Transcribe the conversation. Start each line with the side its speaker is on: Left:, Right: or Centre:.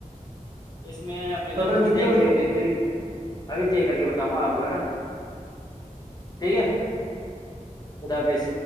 Left: اس میں اپ
Right: ٹوٹل
Left: جب بھی میں
Right: کتنی
Left: دیکھ
Right: ہو گئی
Left: دیکھ د ابھی چیک کر کے بتاؤں گا آپ کو ہے نا ٹھیک ہے خدا حافظ